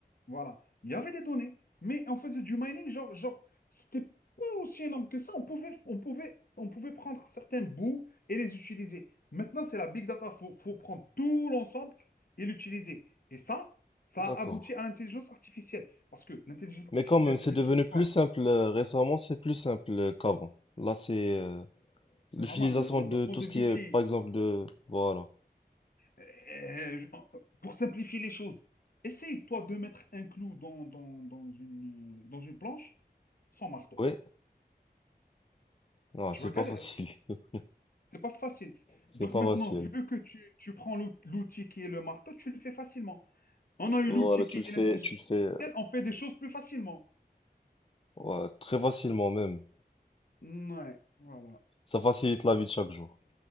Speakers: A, on the left; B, on the left.
A: Voilà. Il y avait des données, mais on faisait du mining, genre, genre, c'était pas aussi énorme que ça. On pouvait, on pouvait, on pouvait prendre certains bouts et les utiliser. Maintenant, c'est la big data. Il faut, faut prendre tout l'ensemble et l'utiliser. Et ça, ça
B: D'accord.
A: a abouti à l'intelligence artificielle. Parce que l'intelligence
B: Mais
A: artificielle,
B: quand même, c'est
A: elle
B: devenu
A: utilise
B: plus
A: quoi?
B: simple euh, récemment, c'est plus simple euh, qu'avant. Là, c'est euh, l'utilisation
A: C'est normal, le développement
B: de tout
A: des
B: ce qui
A: outils.
B: est, par exemple, de... Voilà.
A: Euh, je- pour simplifier les choses, essaye, toi, de mettre un clou dans, dans, dans une, euh, dans une planche sans marteau.
B: Oui, non,
A: Tu
B: c'est
A: vas
B: pas
A: galérer.
B: facile. <laughs>
A: C'est pas facile.
B: C'est
A: Donc
B: pas
A: maintenant,
B: facile.
A: vu que tu, tu prends l'out- l'outil qui est le marteau, tu le fais facilement. On a eu
B: Voilà,
A: l'outil qui
B: tu
A: est
B: le fais,
A: l'intelligence
B: tu le fais
A: artificielle,
B: euh,
A: on fait des choses plus facilement.
B: ouais, très facilement même.
A: Ouais, voilà.
B: Ça facilite la vie de chaque jour.